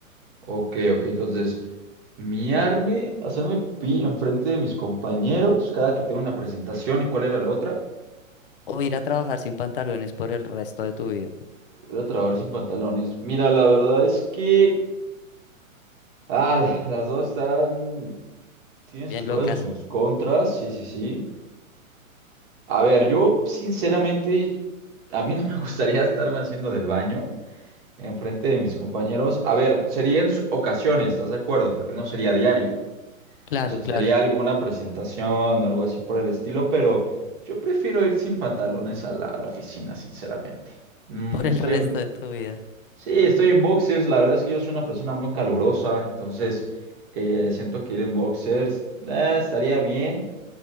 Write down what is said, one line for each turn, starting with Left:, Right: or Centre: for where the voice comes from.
Right: Ok, ok, entonces, miarme, hacerme pi enfrente de mis compañeros cada que tengo una presentación. ¿Y cuál era la otra?
Left: O ir a trabajar sin pantalones por el resto de tu vida.
Right: Voy a trabajar sin pantalones. Mira, la verdad es que... Ah, las dos están... Tienen
Left: Bien,
Right: sus pros
Left: locas.
Right: y sus contras, sí, sí, sí. A ver, yo sinceramente, a mí no me <laughs> gustaría estarme haciendo del baño enfrente de mis compañeros. A ver, sería en su- ocasiones, ¿estás de acuerdo? Porque no sería diario.
Left: Claro,
Right: O sea,
Left: claro,
Right: sería alguna presentación o algo así por el estilo, pero yo prefiero ir sin pantalones a la, a la oficina, sinceramente. Mm,
Left: por el
Right: estoy
Left: resto
Right: en,
Left: de tu vida.
Right: sí, estoy en boxers. La verdad es que yo soy una persona muy calurosa, entonces eh, siento que ir en boxers eh, estaría bien.